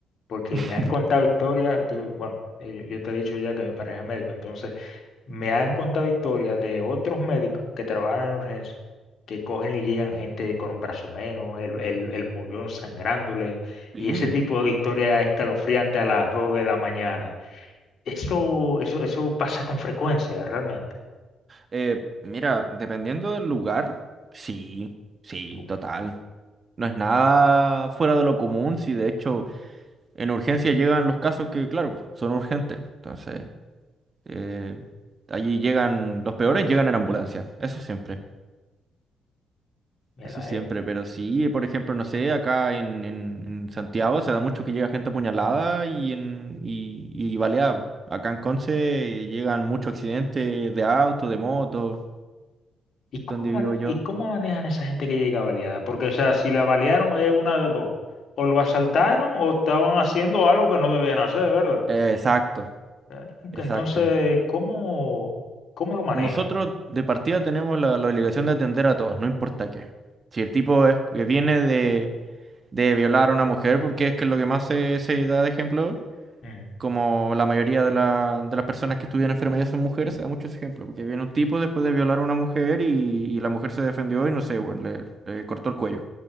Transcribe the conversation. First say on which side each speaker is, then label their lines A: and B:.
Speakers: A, on the left; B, on the right.
A: porque
B: <laughs>
A: me han contado historias, te- bueno, eh, yo, yo te he dicho ya que mi pareja es médico, entonces me han contado historias de otros médicos que trabajan en urgencias, que cogen y llegan gente con un brazo menos, el, el, el muñón sangrándole,
B: Sí.
A: y ese tipo de historias escalofriante a las 2 de la mañana. Eso, eso, eso pasa con frecuencia, realmente.
B: Eh, mira, dependiendo del lugar, sí, sí,
A: Uf,
B: total. No es nada fuera de lo común, si de hecho en urgencia llegan los casos que, claro, son urgentes. pues, Entonces, eh, allí llegan los peores, llegan en ambulancia. Eso siempre,
A: mierda,
B: eso siempre. Pero sí, por ejemplo, no sé, acá en, en- en Santiago se da mucho que llega gente apuñalada y, en, y, y baleada. pues. Acá en Conce llegan muchos accidentes de auto, de moto,
A: ¿Y cómo,
B: donde
A: man-
B: vivo yo.
A: y cómo manejan esa gente que llega baleada? Porque, o sea, si la balearon es una de dos. O lo asaltaron o estaban haciendo algo que no debían hacer, ¿verdad?
B: Eh, Exacto.
A: ¿Eh?
B: Exacto.
A: Entonces, ¿cómo, cómo lo manejan?
B: Nosotros de partida tenemos la, la obligación de atender a todos, no importa qué. Si el tipo es, que viene de, de violar a una mujer, porque es que es lo que más se, se da de ejemplo,
A: Ujú,
B: como la mayoría de, la- de las personas que estudian enfermería son mujeres, se da mucho ese ejemplo, porque viene un tipo después de violar a una mujer y, y la mujer se defendió y no sé, bueno, le, le cortó el cuello